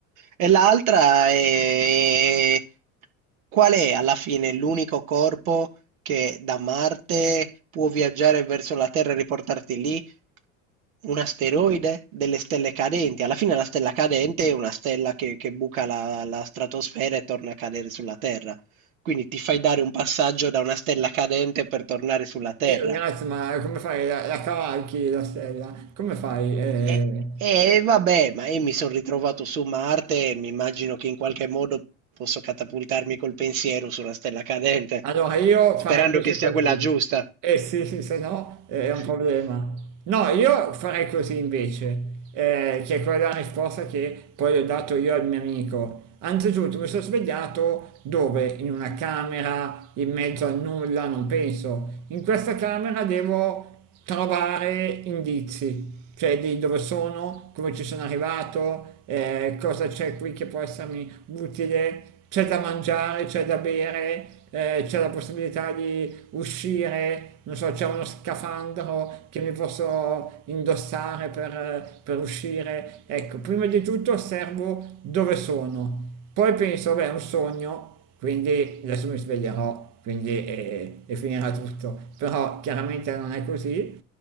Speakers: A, on the right; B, on the right.
A: e l'altra è qual è alla fine l'unico corpo che da Marte può viaggiare verso la Terra e riportarti lì? Un asteroide? Delle stelle cadenti? Alla fine la stella cadente è una stella che, che buca la la stratosfera e torna a cadere sulla Terra. Quindi ti fai dare un passaggio da una stella cadente per tornare sulla Terra.
B: E grazie, ma come fai? La, la cavalchi la stella? Come fai? Eh,
A: E e vabbè, ma io mi son ritrovato su Marte e mi immagino che in qualche modo posso catapultarmi col pensiero su una stella cadente,
B: Allora io
A: sperando
B: farei invece
A: che sia
B: così.
A: quella giusta.
B: Eh sì, sì, se no eh, è un
A: <laughs>
B: problema. No, io farei così invece, eh, che è quella risposta che poi ho dato io al mio amico. Anzitutto mi sono svegliato dove? In una camera, in mezzo a nulla, non penso. In questa camera devo trovare indizi, cioè di dove sono, come ci sono arrivato, eh, cosa c'è qui che può essermi utile, c'è da mangiare, c'è da bere, eh, c'è la possibilità di uscire, non so, c'è uno scafandro che mi posso indossare per, per uscire. Ecco, prima di tutto osservo dove sono, poi penso, beh, è un sogno, quindi adesso mi sveglierò, quindi eh, e finirà tutto. Però chiaramente non è così.